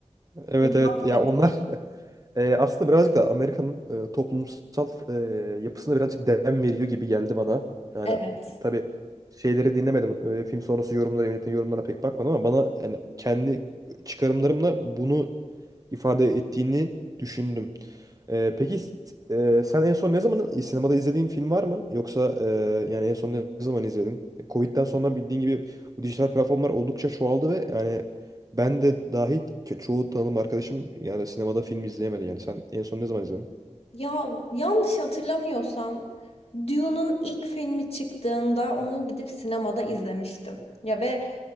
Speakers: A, on the right (about 30°); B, on the left (about 55°).
A: evet
B: Beni
A: evet
B: Mahvet.
A: ya onlar <laughs> E, aslında birazcık da Amerika'nın e, toplumsal e, yapısına birazcık dem veriyor gibi geldi bana. Yani
B: Evet.
A: tabii şeyleri dinlemedim. E, film sonrası yorumlara, yönetmenin yorumlarına pek bakmadım ama bana yani kendi çıkarımlarımla bunu ifade ettiğini düşündüm. Ee, peki e, sen en son ne zaman sinemada izlediğin film var mı? Yoksa e, yani en son ne zaman izledin? Covid'den sonra bildiğin gibi bu dijital platformlar oldukça çoğaldı ve yani ben de dahil ço- çoğu tanıdığım arkadaşım yani sinemada film izleyemedi. Yani sen en son ne zaman izledin?
B: Ya yanlış hatırlamıyorsam Dune'un ilk filmi çıktığında onu gidip sinemada izlemiştim. Ya ve